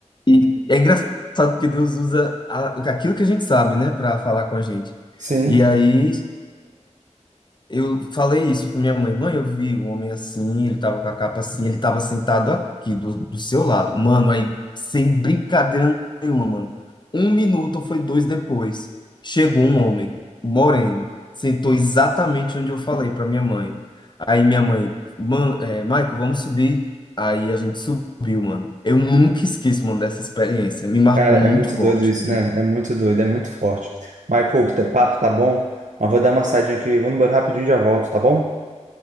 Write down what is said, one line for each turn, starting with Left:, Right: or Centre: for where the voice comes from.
Left: E é engraçado porque Deus usa a- o- aquilo que a gente sabe, né, para falar com a gente.
Right: Sim.
Left: E aí eu falei isso com minha mãe. Mãe, eu vi um homem assim, ele tava com a capa assim, ele tava sentado aqui do, do seu lado. Mano, aí, sem brincadeira nenhuma, mano. Um minuto ou foi dois depois, chegou um homem, moreno, sentou exatamente onde eu falei pra minha mãe. Aí minha mãe, mano, é, Michael, vamos subir. Aí a gente subiu, mano. Eu nunca esqueço, mano, dessa experiência. Me marcou
Right: Cara,
Left: muito
Right: é muito
Left: forte.
Right: doido isso, né? É muito doido, é muito forte. Michael, o teu papo tá bom, mas vou dar uma saidinha aqui, vou no banheiro rapidinho e já volto, tá bom?